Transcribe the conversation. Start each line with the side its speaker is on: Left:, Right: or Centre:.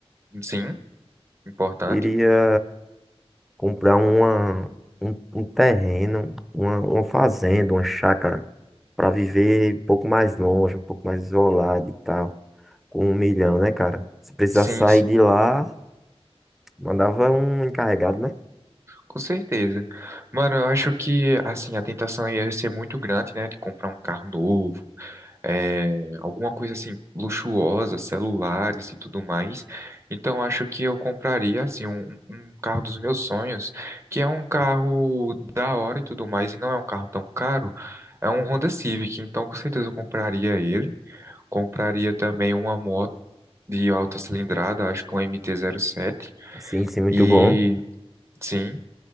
Right: sim, importante.
Centre: Iria comprar uma, um, um terreno, uma, uma fazenda, uma chácara para viver um pouco mais longe, um pouco mais isolado e tal, com um milhão, né, cara? Se precisasse
Right: Sim,
Centre: sair
Right: sim,
Centre: de lá, mandava um encarregado, né?
Right: com certeza. Mano, eu acho que, assim, a tentação ia ser muito grande, né? De comprar um carro novo, é, alguma coisa assim luxuosa, celulares e tudo mais. Então acho que eu compraria assim um, um carro dos meus sonhos, que é um carro da hora e tudo mais, e não é um carro tão caro. É um Honda Civic, então com certeza eu compraria ele. Compraria também uma moto de alta cilindrada, acho que um MT-07.
Centre: Sim, sim, muito
Right: E
Centre: bom.
Right: sim,